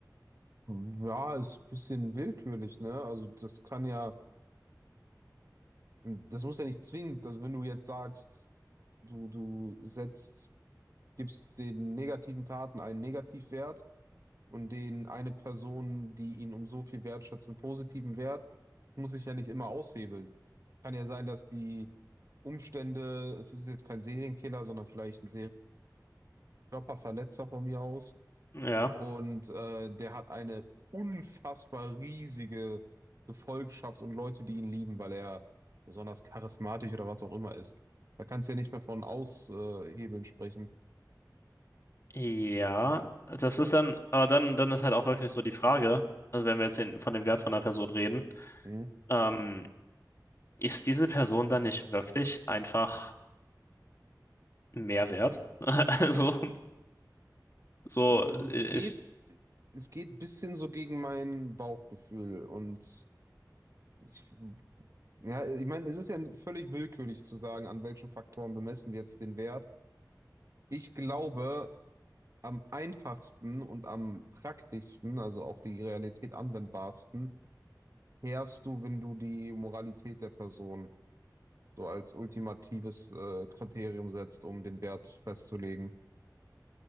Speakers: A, on the right; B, on the left.
A: Hm, Ja, ist ein bisschen willkürlich, ne? Also das kann ja, das muss ja nicht zwingend, also wenn du jetzt sagst, du, du setzt, gibst den negativen Taten einen Negativwert, und den eine Person, die ihn um so viel wertschätzt, einen positiven Wert, muss ich ja nicht immer aushebeln. Kann ja sein, dass die Umstände, es ist jetzt kein Serienkiller, sondern vielleicht ein Serienkörperverletzer von mir aus.
B: Ja.
A: Und äh, der hat eine unfassbar riesige Gefolgschaft und Leute, die ihn lieben, weil er besonders charismatisch oder was auch immer ist. Da kannst du ja nicht mehr von Aushebeln sprechen.
B: Ja, das ist dann, aber dann, dann ist halt auch wirklich so die Frage, also wenn wir jetzt den, von dem Wert von einer Person reden,
A: Mhm.
B: ähm, ist diese Person dann nicht wirklich einfach mehr wert? <laughs> Also, so,
A: Es, es, es
B: äh,
A: geht,
B: ich,
A: es geht ein bisschen so gegen mein Bauchgefühl und ich, ja, ich meine, es ist ja völlig willkürlich zu sagen, an welchen Faktoren bemessen wir jetzt den Wert. Ich glaube, am einfachsten und am praktischsten, also auf die Realität anwendbarsten, fährst du, wenn du die Moralität der Person so als ultimatives äh, Kriterium setzt, um den Wert festzulegen.